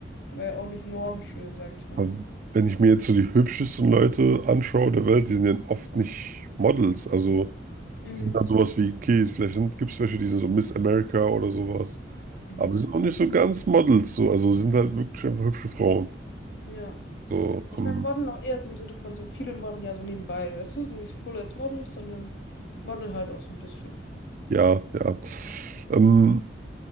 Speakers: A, on the left; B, on the right.
A: die war ja auch nicht enorm schön, sag ich mal.
B: aber wenn ich mir jetzt so die hübschesten Leute anschaue der Welt, die sind ja oft nicht Models. Also
A: Mhm.
B: die sind dann sowas wie, okay, vielleicht gibt es welche, die sind so Miss America oder sowas.
A: Mhm.
B: Aber die sind auch nicht so ganz Models. So. Also sind halt wirklich einfach hübsche Frauen.
A: Ja.
B: So,
A: Ich
B: ähm,
A: meine, Model auch eher so im Sinne von so viele Model ja so nebenbei, weißt du? Sind nicht so Full as Models, sondern Model halt auch so ein bisschen.
B: Ja, ja. Ähm,